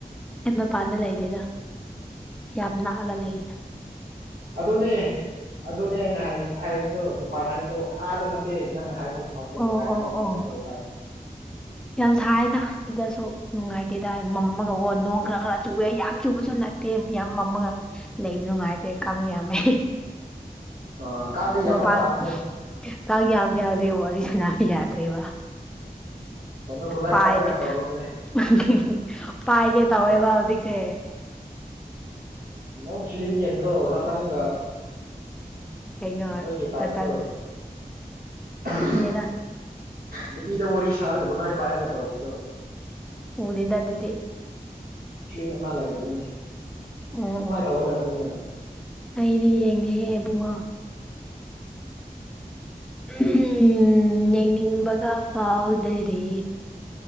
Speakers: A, in the centre; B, on the right (about 75°).
A: ꯑꯩ ꯃꯄꯥꯟꯗ ꯂꯩꯗꯦꯗꯥ ꯌꯥꯝ ꯅꯥꯛꯑꯒ ꯂꯩꯑꯦꯗꯥ
B: ꯑꯗꯨꯅꯤ ꯑꯗꯨꯅꯤ ꯑꯩꯅ ꯍꯥꯏ ꯍꯥꯏꯕꯗꯨ ꯃꯄꯥꯟ ꯍꯥꯏꯕꯗꯨꯣ ꯑꯥꯗ ꯅꯠꯇꯦ ꯅꯪꯅ ꯍꯥꯏꯕ ꯌꯨꯝ ꯄꯥꯟꯕ
A: ꯑꯣ
B: ꯅꯨꯡꯉꯥꯏꯕ꯭ꯔꯣ
A: ꯑꯣ
B: ꯀꯃꯥꯏ
A: ꯑꯣ
B: ꯇꯧ <unintelligible>
A: ꯌꯥꯝ ꯁꯥꯏꯗ ꯁꯤꯗꯁꯨ ꯅꯨꯡꯉꯥꯏꯇꯦꯗ ꯃꯝꯃꯒ ꯑꯣ ꯅꯣꯡ ꯈꯔ ꯈꯔ ꯆꯨꯏꯌ‌ꯦ ꯌꯥꯝ ꯆꯨꯕꯁꯨ ꯅꯠ ꯇꯦ ꯌꯥꯝ ꯃꯝꯃꯒ ꯂꯩꯕ ꯅꯨꯡꯉꯥꯏꯇꯦ ꯀꯥꯡ ꯌꯥꯝꯃꯦ
B: ꯑ ꯀꯥꯡꯗꯤ ꯌꯥꯝꯕ
A: ꯃꯄꯥꯜ
B: ꯇꯥꯕꯅꯦ
A: ꯀꯥꯡ ꯌꯥꯝꯒꯦ ꯍꯧꯖꯤꯛ ꯋꯥꯔꯤ ꯁꯥꯟꯅꯕ‌ ꯌꯥꯗ꯭ꯔꯦꯕ
B: ꯀꯩꯅꯣ ꯒꯨꯗ ꯅꯥꯏꯠ
A: ꯄꯥꯏ
B: ꯄꯥꯏꯔꯒ ꯇꯧꯔꯣꯅꯦ
A: <unintelligible> ꯄꯥꯏꯒꯦ ꯇꯋꯦꯕ ꯍꯧꯖꯤꯛꯁꯦ
B: ꯅꯪ ꯐꯤꯂꯤꯝ ꯌꯦꯡꯗꯔꯣ ꯔꯇꯟꯒ
A: ꯀꯩꯅꯣ
B: ꯃꫭꯏꯒꯤ ꯕꯥꯠꯇꫭ
A: ꯃꯇꯝ
B: <unintelligible> <unintelligible>
A: ꯈꯪꯗꯦꯗ
B: ꯅꯨꯄꯤꯗ ꯋꯥꯔꯤ ꯁꯥꯔꯒ ꯒꯨꯠꯅꯥꯏꯠ ꯄꯥꯏꯔꯒ ꯇꯧꯕꯗꫭ
A: ꯎꯗꯦꯗ ꯑꯗꯨꯗꯤ
B: ꯐꯤꯂꯝ ꯑꯃ ꯂꯩꯕꯅꯤꯅꯦ
A: ꯑꯣ
B: ꯁꯨꯃꯥꯏ
A: ꯑꯣ
B: ꯇꯧꯒꯗꯕꯅꯤꯅꯦ
A: ꯑꯩꯗꯤ ꯌꯦꯡꯗꯦꯍꯦ ꯑꯕꯨꯡꯉꯣ ꯎꯝ ꯌꯦꯡꯅꯤꯡꯕꯒ ꯐꯥꯎꯗꯔꯦ